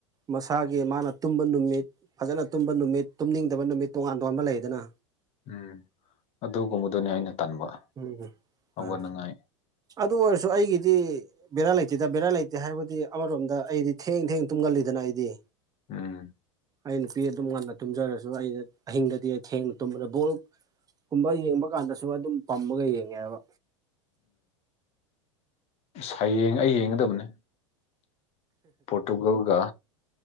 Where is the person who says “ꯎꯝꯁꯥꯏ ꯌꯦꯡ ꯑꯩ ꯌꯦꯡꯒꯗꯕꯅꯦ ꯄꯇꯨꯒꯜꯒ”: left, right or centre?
Left